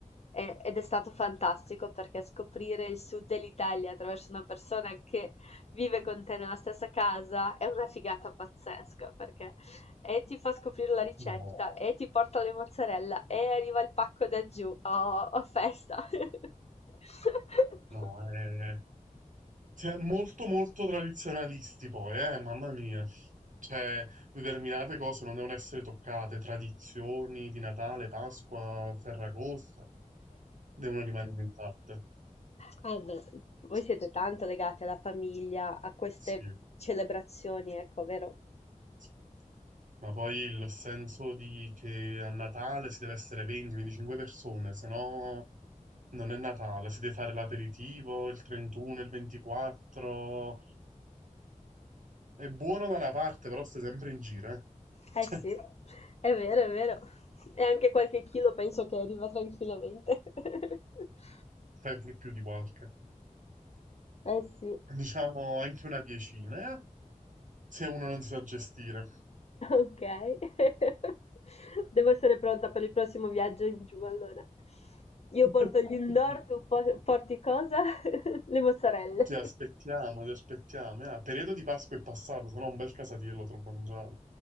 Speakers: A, on the left (about 50°); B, on the right (about 70°).
A: e- ed è stato fantastico perché scoprire il sud dell'Italia attraverso una persona che vive con te nella stessa casa è una figata pazzesca perché e ti fa scoprire la ricetta,
B: No,
A: e ti porta le mozzarella, e arriva il pacco da giù. Oh, oh, festa! <laughs>
B: no, è Cioè, molto molto tradizionalisti poi, eh, mamma mia. Cioè, determinate cose non devono essere toccate, tradizioni di Natale, Pasqua, Ferragosto, devono rimanere intatte.
A: Ah, beh, voi
B: Sì,
A: siete tanto legati alla famiglia, a queste
B: sì,
A: celebrazioni, ecco, vero?
B: sì. Ma poi il senso di che a Natale si deve essere 20-25 persone, se no non è Natale, si deve fare l'aperitivo, il 31, il 24. È buono da una parte, però stai sempre in giro, eh.
A: Eh
B: <laughs>
A: sì, è vero, è vero. E anche qualche chilo penso che arriva tranquillamente. <laughs>
B: sempre più di qualche.
A: Eh sì.
B: Diciamo anche una diecina, eh, se uno non si sa gestire.
A: Ok, <laughs> devo essere pronta per il prossimo viaggio in giù allora. Io
B: <laughs>
A: porto gli indoor, tu po- porti cosa? <laughs> Le mozzarelle.
B: Ti aspettiamo, ti aspettiamo. Ah, periodo di Pasqua è passato, se no un bel casatiello te lo mangiavo.